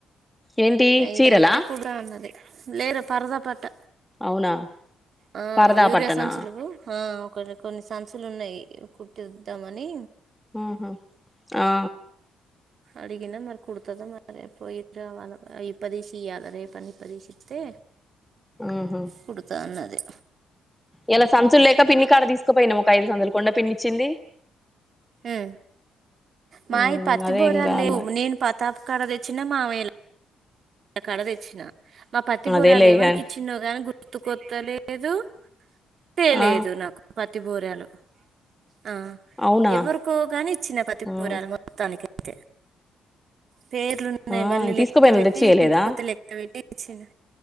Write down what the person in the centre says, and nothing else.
ఏంటి
చీరలా
అవునా
పరదా
పట్టనా
ఆహా ఆ
ఆహా
ఇలా సంచులు లేక పిన్ని కాడ తీసుకుపోయినాం ఒక ఐదు సంచులు కొండ పిన్నిచ్చింది
ఉమ్
అదే
ఇంగా
మరి
అదే లేగాని
ఆ
అవునా
ఆ
ఆ
తీసుకుపోయిన
తెచ్చియలేదా